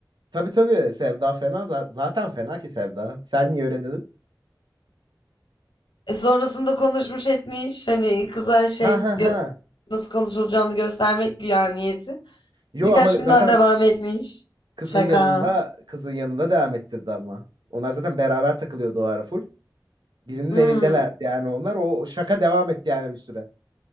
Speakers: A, on the right; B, on the left.
A: Tabii tabii Sevda fena za- zaten fena ki Sevda. Sen niye öyle dedin?
B: E sonrasında konuşmuş etmiş hani kıza şey
A: Ha ha
B: gö-
A: ha.
B: nasıl konuşulacağını göstermek güya niyeti.
A: Yo
B: Birkaç
A: ama
B: gün
A: zaten
B: daha devam etmiş.
A: kızın
B: Şaka.
A: yanında kızın yanında devam ettirdi ama. Onlar zaten beraber takılıyordu o ara full. Birinin
B: Hmm.
A: evindelerdi yani onlar. O o şaka devam etti yani bir süre.